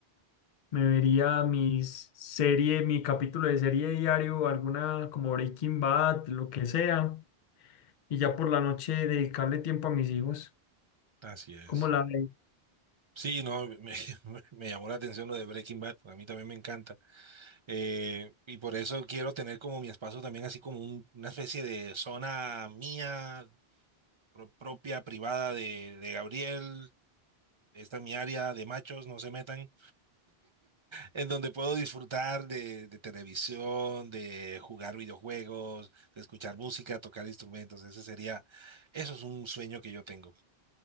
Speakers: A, on the left; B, on the right.
A: Me vería mis serie, mi capítulo de serie diario, alguna como Breaking Bad, lo que sea, y ya por la noche dedicarle tiempo a mis hijos.
B: Así es.
A: ¿Cómo la ve?
B: Sí, no, me, <laughs> me llamó la atención lo de Breaking Bad, a mí también me encanta. Eh, y por eso quiero tener como mi espacio también así como un- una especie de zona mía, pro- propia, privada de, de Gabriel. Esta es mi área de machos, no se metan, en donde puedo disfrutar de, de televisión, de jugar videojuegos, de escuchar música, tocar instrumentos. Ese sería, eso es un sueño que yo tengo.